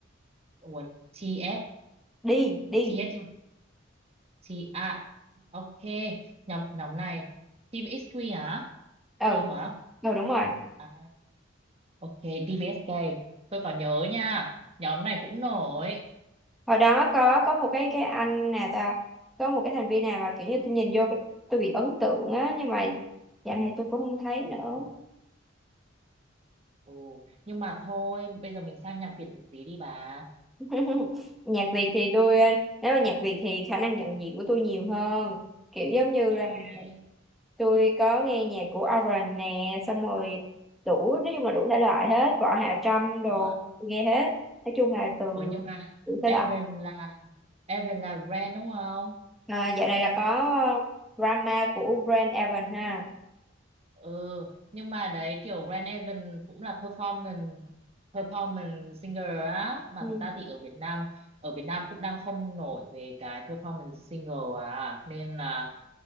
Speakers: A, on the right; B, in the centre.
A: Ủa, TS
B: đi đi
A: TS chứ? T à ok nhóm nhóm này Team XQ hả
B: ừ
A: Q hả
B: ừ đúng rồi
A: à ok DBSK tôi còn nhớ nha nhóm này cũng nổi
B: hồi đó có có một cái cái anh nè ta có một cái thành viên nào mà kiểu như tôi nhìn vô cái- tôi bị ấn tượng á nhưng mà dạo này tôi cũng không thấy nữa
A: Ồ, nhưng mà thôi bây giờ mình sang nhạc Việt một tí đi bà
B: <laughs> nhạc Việt thì tôi ờ, nếu mà nhạc Việt thì khả năng nhận diện của tôi nhiều hơn kiểu giống như
A: đấy
B: là tôi có nghe nhạc của Oren nè xong rồi đủ nói chung là đủ thể loại hết Võ Hạ Trâm đồ
A: Ừ.
B: tôi nghe hết nói chung là từ
A: Ủa nhưng mà
B: đủ thể
A: Evan
B: loại
A: là Evan là Ren đúng không?
B: à, dạo này là có drama của Brand Evan ha
A: Ừ, nhưng mà đấy kiểu Ren Evan cũng là performance performance singer á mà
B: ừ.
A: thực ra thì ở Việt Nam ở Việt Nam cũng đang không nổi về cái performance single à nên là